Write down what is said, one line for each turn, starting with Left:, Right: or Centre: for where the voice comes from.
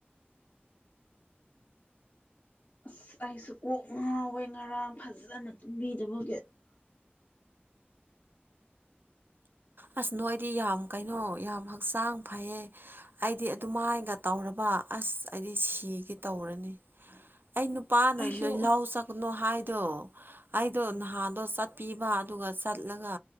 Left: ꯑꯁ ꯑꯩꯁꯨ ꯀꯣꯛ ꯉꯥꯎꯋꯦ ꯉꯔꯥꯡ ꯐꯖꯅ ꯇꯨꯝꯕꯤꯗꯕꯒꯤ
Right: ꯑꯁ ꯅꯣꯏ ꯑꯩꯗꯤ ꯌꯥꯝ ꯀꯩꯅꯣ ꯌꯥꯝ ꯍꯛꯆꯥꯡ ꯐꯩꯌꯦ ꯑꯩꯗꯤ ꯑꯗꯨꯃꯥꯏꯒ ꯇꯧꯔꯕ ꯑ ꯑꯁ ꯑꯩꯗꯤ ꯁꯤꯒꯦ ꯇꯧꯔꯅꯤ ꯑꯩ ꯅꯨꯄꯥꯅ
Left: ꯑꯩꯁꯨ
Right: ꯂꯜꯍꯧ ꯆꯠꯄꯅꯨ ꯍꯥꯏꯗꯣ ꯑꯩꯗꯣ ꯅꯍꯥꯟꯗꯣ ꯆꯠꯄꯤꯕ ꯑꯗꯨꯒ ꯆꯠꯂꯒ